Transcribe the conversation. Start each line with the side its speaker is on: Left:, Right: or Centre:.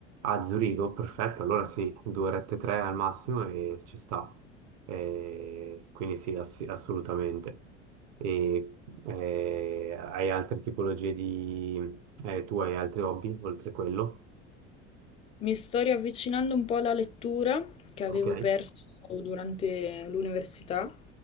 Right: A Zurigo, perfetto, allora sì, due orette e tre al massimo e ci sta. Eh, quindi sì, ass- assolutamente. E, eh, hai altre tipologie di... eh, tu hai altri hobby oltre quello?
Left: Mi sto riavvicinando un po' alla lettura che avevo
Right: Ok,
Left: perso durante l'università